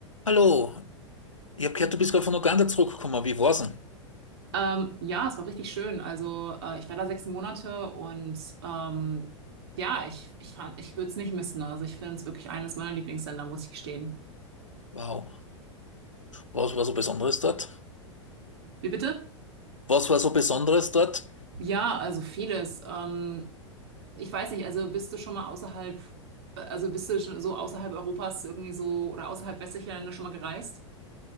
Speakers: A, on the left (about 80°); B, on the right (about 55°).
A: Hallo, ich habe gehört, du bist gerade von Uganda zurückgekommen. Wie war's denn?
B: Ähm, ja, es war richtig schön. Also äh, ich war da sechs Monate und ähm, ja, ich, ich fand, ich würde es nicht missen. Also ich finde es wirklich eines meiner Lieblingsländer, muss ich gestehen.
A: Wow. Was war so Besonderes dort?
B: Wie bitte?
A: Was war so Besonderes dort?
B: Ja, also vieles. Ähm, ich weiß nicht, also bist du schon mal außerhalb, also bist du schon so außerhalb Europas irgendwie so oder außerhalb westlicher Länder schon mal gereist?